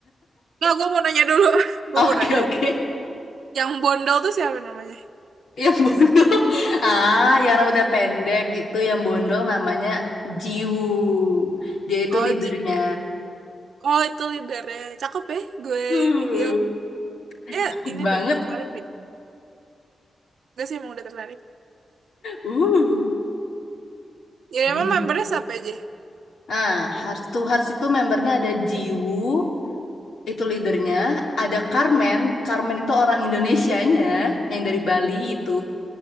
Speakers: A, on the right; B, on the left.
A: nggak gue mau nanya dulu. <laughs> Gue
B: <laughs> Oke,
A: mau nanya.
B: oke.
A: Yang Bondol tuh siapa namanya?
B: Yang bondol. <laughs> Ah, yang rambutnya pendek itu yang bondol namanya Jiwoo. Dia itu
A: Oh,
B: leadernya.
A: Ji. Oh, itu leadernya. Cakep ya, gue
B: Uh,
A: ini. Ya,
B: cakep
A: ya ini
B: banget.
A: deh, tertarik deh. Gue sih emang udah tertarik.
B: Uh,
A: Ya,
B: Jiwoo
A: emang membernya siapa aja?
B: Ah, Hearts to Hearts itu membernya ada Jiwoo itu leadernya. Ada Carmen, Carmen itu orang Indonesianya, yang dari Bali itu.